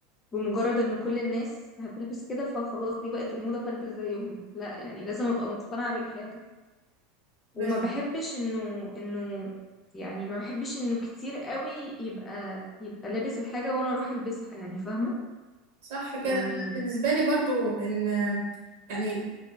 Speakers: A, on the left (about 20°); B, on the right (about 70°).
A: بمجرد ان كل الناس هتلبس كده فخلاص دي بقت الموضة فالبس زيهم لا يعني لازم ابقى مقتنعة بالحاجة
B: بس
A: وما بحبش انه انه يعني ما بحبش انه كتير قوي يبقى يبقى لابس الحاجة وانا اروح البسها يعني فاهمة
B: صح كده
A: يعني
B: أنا بالنسبة لي برضو ان يعني